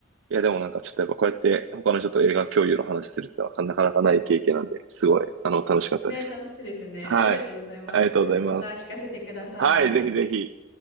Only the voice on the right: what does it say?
いや、でもなんか、ちょっとやっぱこうやって他の人と映画共有の話するってのはなかなかない経験なんで、すごい、あの、楽しかったです。
はい。
ありがとうございます。
はい、ぜひぜひ。